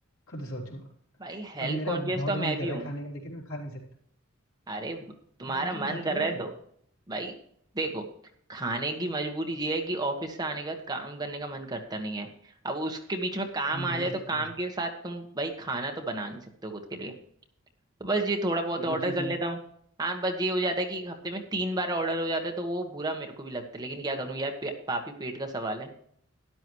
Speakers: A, on the left (about 85°); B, on the right (about 20°).
A: खुद सोचो
B: भाई हेल्थ
A: अब मेरा
B: कॉन्शियस
A: बहुत
B: तो
A: मन
B: मैं
A: कर
B: भी
A: रहा
B: हूँ
A: है खाने का लेकिन मैं खा नहीं सकता
B: अरे ब- तुम्हारा
A: तो फिर क्यों
B: मन
A: खाते
B: कर
A: हो
B: रहा
A: ये
B: है तो भाई देखो खाने की मजबूरी ये है कि ऑफिस से आने के बाद काम करने का मन करता नहीं है अब उसके बीच में काम
A: हाँ
B: आ
A: वो
B: जाए
A: चीज़
B: तो काम
A: तो है
B: के साथ तुम भाई खाना तो बना नहीं सकते हो खुद के लिए तो बस ये थोड़ा बहुत
A: ये भी
B: ऑर्डर
A: चीज़
B: कर
A: है
B: लेता हूँ हाँ बस ये हो जाता है कि हफ्ते में तीन बार ऑर्डर हो जाता है तो वो बुरा मेरे को भी लगता है लेकिन क्या करूँ यार पे, पापी पेट का सवाल है